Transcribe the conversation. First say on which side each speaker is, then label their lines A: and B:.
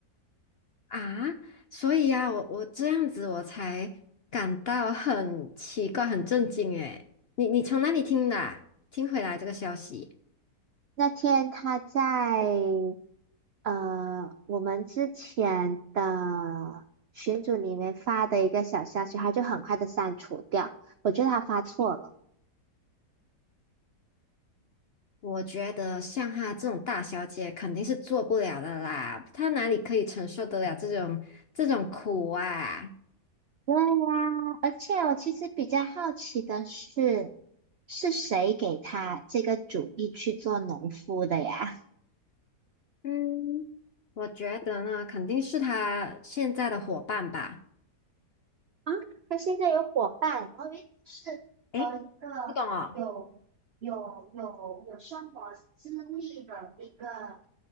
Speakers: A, on the left (about 60°); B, on the right (about 85°).
A: 啊，所以呀、啊，我我这样子我才感到很奇怪，很震惊哎！你你从哪里听的啊听回来这个消息？
B: 那天她在呃，我们之前的群组里面发的一个小消息，他就很快的删除掉。我觉得他发错了。
A: 我觉得像她这种大小姐肯定是做不了的啦，她哪里可以承受得了这种这种苦啊？
B: 对呀，而且我其实比较好奇的是，是谁给他这个主意去做农夫的呀？
A: 嗯，我觉得呢，肯定是她现在的伙伴吧。
B: 啊，他现在有伙伴，我以为是和一个有有有有生活经历的一个
A: 诶，你懂哦？